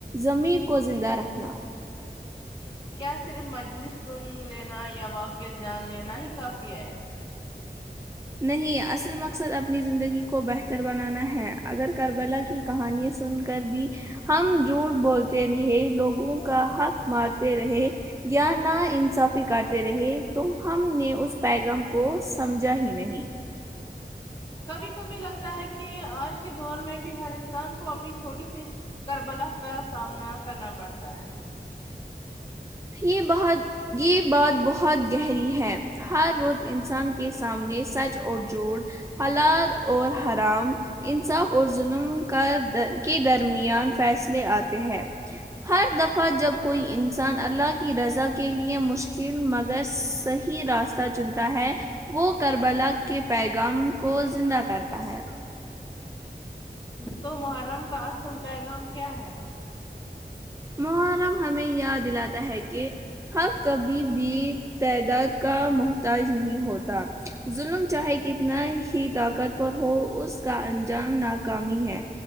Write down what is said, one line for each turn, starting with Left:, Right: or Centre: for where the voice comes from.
Right: زمیر کو زندہ رکھنا
Left: کیا صرف مجلس سن لینا یا واقعہ جان لینا ہی کافی ہے
Right: نہیں اصل مقصد اپنی زندگی کو بہتر بنانا ہے اگر کربلا کی کہانی سن کر بھی ہم جھوٹ بولتے رہے لوگوں کا حق مارتے رہے یا نہ انصافی کرتے رہے تم ہم نے اس پیغام کو سمجھا ہی نہیں
Left: کبھی کبھی لگتا ہے کہ آج کے دور میں بھی ہر انسان کو اپنی چھوٹی سی کربلا کا سامنا کرنا پڑتا ہے
Right: یہ بہت بات بہت گہری ہے ہر روز انسان کے سامنے سچ اور جھوٹ حلال اور حرام انصاف اور ظلم کا کے درمیان فیصلے آتے ہیں ہر دفعہ جب کوئی انسان اللہ کی رضا کے لیے مشکل مگر صحیح راستہ چنتا ہے وہ کربلا کے پیغام کو زندہ کرتا ہے
Left: تو محرم کا اصل پیغام کیا ہے
Right: محرم ہمیں یاد دلاتا ہے کہ حق کبھی بھی تعداد کا محتاج نہیں ہوتا ظلم چاہے کتنا ہی طاقت ور ہو اس کا انجام ناکامی ہے